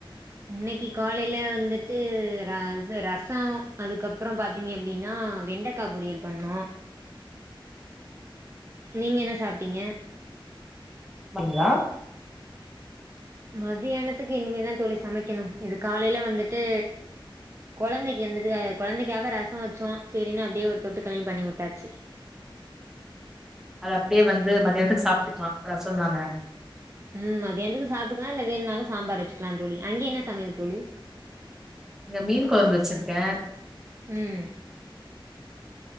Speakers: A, on the right; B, in the centre.
A: இன்னக்கி காலைல வந்துட்டு ர து ரசோ அதுக்கப்புறம் பாத்தீங்க அப்டினா வெண்டக் க்கா பொரியல் பண்ணோ நீங்க என்ன சாப்டிங்க
B: பண்லா
A: மதியானத்துக்கு இனிமேதா தோழி சமைக்கணு இது காலைல வந்துட்டு குழந்தைக்கு வந்துட்டு குழந்தைக்காக ரசோ வெச்சோ சேரின்னு அப்டியே ஒரு தொட்டுக்களையு பண்ணி வுட்டாச்சு
B: அது அப்டியே வந்து மதியானத்துக்கு சாப்டுக்கிலா ரசோ தானே
A: மம் அது எதுனு சாப்டுக்கிலா இல்ல வேணுனாலு சாம்பார் வச்சுக்கிலா தோழி அங்கே என்ன சமையல் தோழி
B: இங்க மீன் கொழம்பு வச்சிருக்கே
A: ம்